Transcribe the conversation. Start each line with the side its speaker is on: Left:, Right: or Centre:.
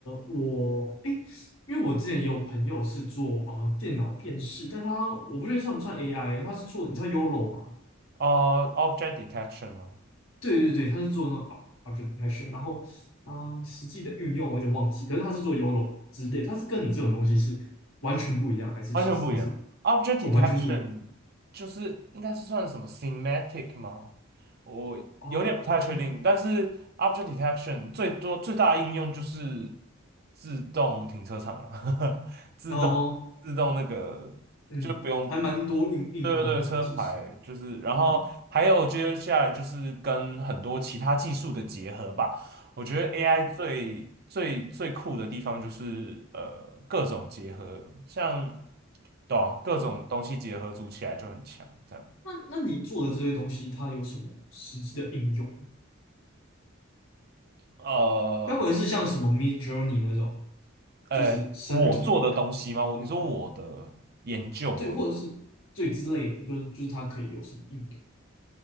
Left: 我哎诶。因为我之前也有朋友是做啊、呃电脑辨识，但他我不确定算不算 AI，他是做你知道 YOLO 吗
Right: 哦、o b j e c t detection 吗？
Left: 对对对，他是做那种 object detection，然后啊、实际的运用我有点忘记，可是他是做 YOLO 之类，他是跟你这种东西是完全不一样，还是其实他是
Right: 完全不一样，object detection
Left: 哦完全不一样
Right: 就是应该是算什么 semantic 吗？我有点不太确定，
Left: 哦，
Right: 但是 object detection 最多最大的应用就是自动停车场了，<laughs> 自动
Left: 然后
Right: 自动那个。
Left: 嗯，
Right: 就不用。
Left: 还蛮多应应用的啦，
Right: 对对对，车牌就是，
Left: 其实
Right: 然后还有接下来就是跟很多其他技术的结合吧。
Left: 嗯
Right: 我觉得 AI
Left: 嗯
Right: 最最最酷的地方就是呃各种结合，像对啊，各种东西结合组起来就很强。
Left: 嗯，
Right: 这样，
Left: 那那你做的这些东西，它有什么实际的应用吗？
Right: 呃
Left: 该不会是像什么 Mid Journey 那种，
Right: 呃，
Left: 就是生图
Right: 我做的东西吗？我你说我的研究吗？
Left: 对，或者是对之类的，就是就是它可以有什么应用？